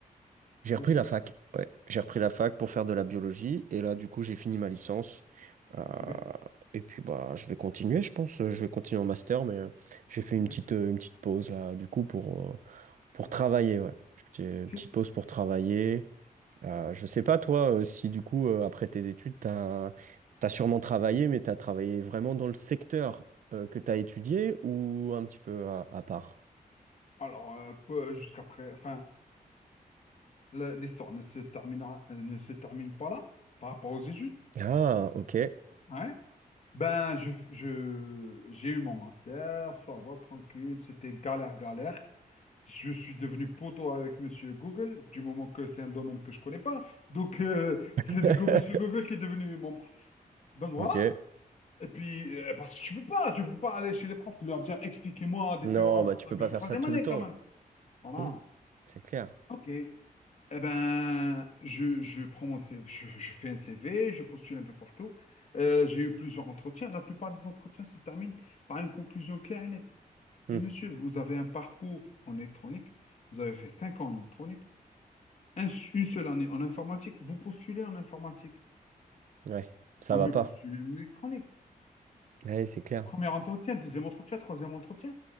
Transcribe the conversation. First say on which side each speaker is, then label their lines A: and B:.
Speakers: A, on the right; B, on the left.
A: j'ai
B: Oui.
A: repris la fac. Ouais, j'ai repris la fac pour faire de la biologie et là du coup j'ai fini
B: Mhm.
A: ma licence. Euh,
B: C'est bien.
A: et puis bah je vais continuer, je pense. Je vais continuer en master, mais euh, j'ai
B: Oui,
A: fait une
B: C'est bien.
A: petite euh, une petite pause là du coup pour euh, pour
B: Oui.
A: travailler. Ouais, J'ai-
B: Si-
A: petite pause
B: si.
A: pour travailler. Euh, je sais pas toi euh, si du coup euh, après tes études t'as t'as sûrement travaillé, mais t'as travaillé vraiment dans le secteur euh, que t'as étudié ou un petit peu à à part.
B: Alors, euh, peu- jusqu'après, enfin, le- l'histoire ne se terminera, ne se termine pas là, par rapport aux études.
A: Ah ok
B: hein? Ben, je, je- j'ai eu mon master, ça va, tranquille, c'était galère, galère. Je suis devenu poteau avec Monsieur Google, du moment que c'est un domaine que je connais pas. Donc, euh, c'est
A: <laughs>
B: du coup Monsieur Google qui est devenu mon prof. Donc, voilà.
A: ok.
B: Et puis, euh, parce que tu peux pas, tu peux pas aller chez les profs, leur dire, expliquez-moi des
A: Non
B: théorèmes
A: bah
B: qu'on
A: tu peux
B: avait
A: pas
B: vu en
A: faire
B: troisième
A: ça tout
B: année,
A: le temps.
B: quand même. Voilà.
A: Hmm. C'est clair.
B: OK. Eh ben, je, je prends mon CV, je, je fais un CV, je postule un peu partout. Euh, j'ai eu plusieurs entretiens. La plupart des entretiens se terminent par une conclusion claire et nette.
A: Hmm.
B: Mais monsieur, vous avez un parcours en électronique, vous avez fait cinq ans en électronique, un- une seule année en informatique, vous postulez en informatique.
A: Ouais, ça
B: Vaut
A: va
B: mieux
A: pas.
B: postuler en électronique.
A: Ouais, c'est clair.
B: Premier entretien, deuxième entretien, troisième entretien.